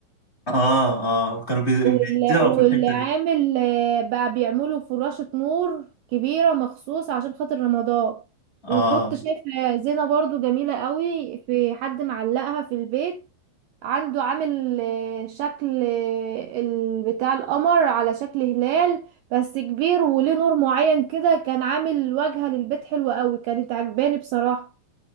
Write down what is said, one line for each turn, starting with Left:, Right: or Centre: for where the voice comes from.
Left: اه اه كانوا بي-
Right: وال-
Left: بيبدعوا
Right: والعامل
Left: في الحته دي
Right: آه، بقى بيعملوا فراشة نور كبيرة مخصوص عشان خاطر رمضان
Left: اه
Right: وكنت شايفة زينة برضو جميلة قوي في حد معلقها في البيت عنده عامل آه، شكل آه، ال- بتاع القمر على شكل هلال بس كبير وليه نور معين كده كان عامل واجهة للبيت حلوة قوي كانت عجباني بصراحة